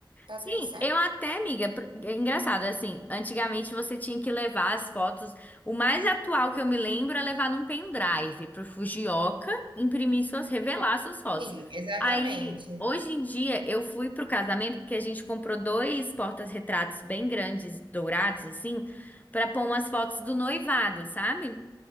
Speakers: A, on the right; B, on the left.
A: tá
B: Sim,
A: tudo certo.
B: eu até, amiga, pr- é engraçado, assim, antigamente você tinha que levar as fotos, o mais atual que eu me lembro é levar num pendrive pro Fujioka imprimir suas, revelar suas fotos.
A: Sim, exatamente.
B: Aí, hoje em dia, eu fui pro casamento porque a gente comprou dois portas-retratos bem grandes, dourados, assim, pra pôr umas fotos do noivado, sabe?